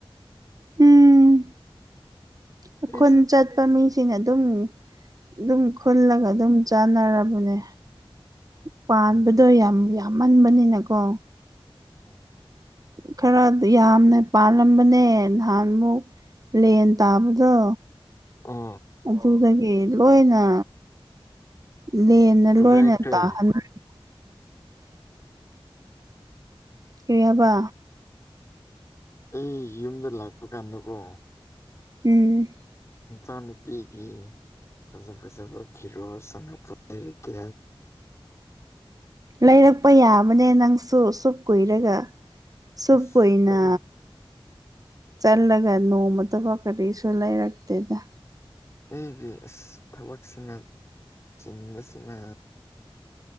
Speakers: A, on the right; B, on the left.
A: ꯎꯝ ꯑꯩ
B: ꯑꯩꯁꯨ
A: ꯈꯨꯟ ꯆꯠꯄ ꯃꯤ ꯁꯤꯅ ꯑꯗꯨꯝ ꯑꯗꯨꯝ ꯈꯨꯜꯂꯒ ꯑꯗꯨꯝ ꯆꯥꯟꯅꯔꯕꯅꯦ ꯄꯥꯟꯕꯗꯣ
B: ꯎꯝ
A: ꯌꯥꯝ ꯌꯥꯝꯃꯟꯕꯅꯤꯅꯀꯣ
B: ꯎꯝ
A: ꯈꯔ ꯌꯥꯝꯅ ꯄꯥꯜꯂꯝꯕꯅꯦ ꯅꯍꯥꯟꯃꯨꯛ ꯂꯦꯟ ꯇꯥꯕꯗꯣ
B: ꯑꯣ
A: ꯑꯗꯨꯗꯒꯤ ꯂꯣꯏꯅ ꯂꯦꯟꯅ
B: ꯊꯨꯒꯥꯏꯈ꯭ꯔꯦ
A: ꯂꯣꯏꯅ ꯇꯥꯍꯟꯅꯤꯡ ꯀꯔꯤꯍꯕ
B: ꯑꯩ ꯌꯨꯝꯗ ꯂꯥꯛꯄ ꯀꯥꯟꯗꯀꯣ
A: ꯎꯝ
B: ꯏꯟꯁꯥ ꯅꯨꯄꯤꯤꯒꯤ ꯐꯖ ꯐꯖꯕ ꯐꯔꯣ ꯁꯅꯔ ꯀ
A: ꯂꯩꯔꯛꯄ ꯌꯥꯕꯅꯦ ꯅꯪꯁꯨ ꯁꯨꯞ ꯀꯨꯏꯔꯒ ꯁꯕ
B: ꯑꯁ
A: ꯀꯣꯏꯅ
B: ꯑꯩ
A: ꯆꯜꯂꯒ ꯅꯣꯡꯃꯠꯇꯐ ꯀ ꯁꯨ ꯂꯩꯔꯛꯇꯦꯗ
B: ꯑꯩꯒꯤ ꯑꯁ ꯊꯕꯛꯁꯤꯅ ꯆꯤꯟꯕꯁꯤꯅꯥ